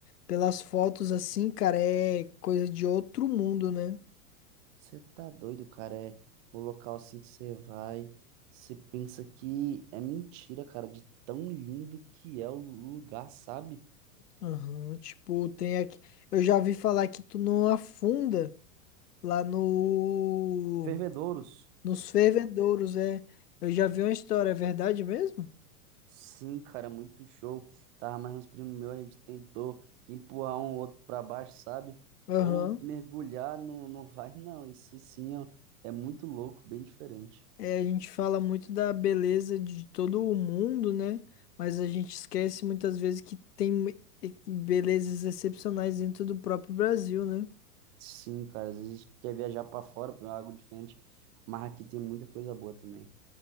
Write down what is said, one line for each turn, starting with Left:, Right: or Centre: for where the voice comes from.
Left: Pelas fotos assim, cara, é coisa de outro mundo, né?
Right: Você tá doido, cara. É o local assim que você vai. Você pensa que é mentira, cara, de tão lindo que é o lugar, sabe?
Left: Aham. Tipo, tem aqui. Eu já vi falar que tu não afunda lá no.
Right: Fervedouros.
Left: Nos fervedouros, é. Eu já vi uma história, é verdade mesmo?
Right: Sim, cara, muito show. Tava mais uns primos meus, a gente tentou empurrar um outro pra baixo, sabe?
Left: Aham.
Right: Ou mergulhar, não, não vai, <laughs> não. Isso sim, ó, é muito louco, bem diferente.
Left: É, a gente fala muito da beleza de todo o mundo, né? Mas a gente esquece muitas vezes que tem belezas excepcionais dentro do próprio Brasil, né?
Right: Sim, cara, às vezes quer viajar pra fora, pra algo diferente, mas aqui tem muita coisa boa também.